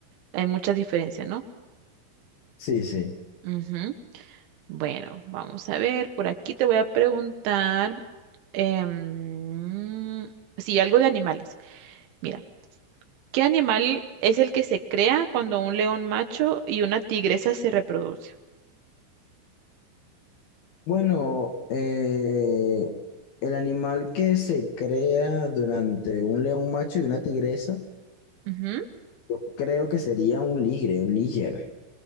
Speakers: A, on the right; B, on the left.
A: Hay mucha diferencia, ¿no?
B: Sí, sí.
A: Ujú. Bueno, vamos a ver. Por aquí te voy a preguntar em, sí, algo de animales. Mira. ¿Qué animal es el que se crea cuando un león macho y una tigresa se reproducen?
B: Bueno, eh, el animal que se crea durante un león macho y una tigresa,
A: Ujú.
B: yo creo que sería un ligre, un liger.